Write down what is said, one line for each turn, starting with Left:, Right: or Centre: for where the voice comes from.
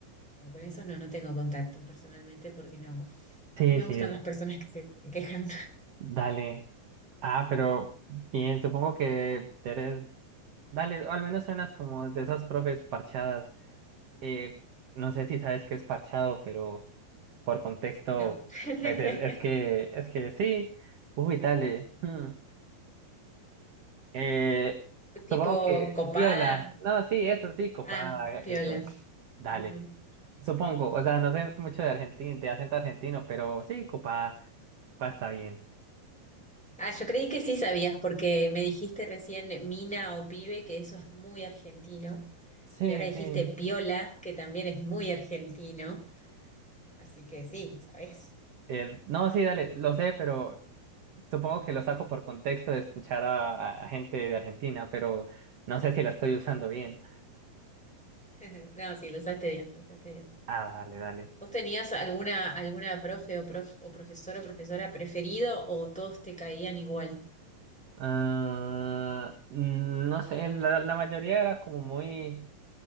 Centre: Eh, Con esos no, no tengo contacto personalmente porque no,
Right: sí,
Centre: no me
Right: sí,
Centre: gustan las personas que se quejan.
Right: dale. Ah, pero... Y supongo que eres Dale, al menos suenas como de esas profes parchadas. Eh, no sé si sabes qué es parchado, pero por contexto,
Centre: No. <laughs>
Right: pues es, es que, es que sí. Uy, dale. hmm. Eh,
Centre: Tipo
Right: supongo que
Centre: copada.
Right: piola. No, sí, eso sí, copada,
Centre: Ah, piola.
Right: eso. Dale.
Centre: Ujú.
Right: Supongo, o sea, no sé mucho de argentino de acento argentino, pero sí, copada, copada está bien.
Centre: Ah, yo creí que sí sabías porque me dijiste recién mina o pibe, que eso es muy argentino.
Right: Sí,
Centre: Y ahora dijiste
Right: sí.
Centre: piola, que también es muy argentino. Así que sí, sabes.
Right: Eh, no, sí, dale, lo sé, pero Supongo que lo saco por contexto de escuchar a, a- a gente de Argentina, pero no sé si la estoy usando bien.
Centre: <laughs> No, sí, lo usaste bien, lo usaste bien.
Right: Ah, dale, dale.
Centre: ¿Vos tenías alguna, alguna profe o, prof, o profesor o profesora preferido o todos te caían igual?
Right: Ah, mm, no sé, la, la mayoría era como muy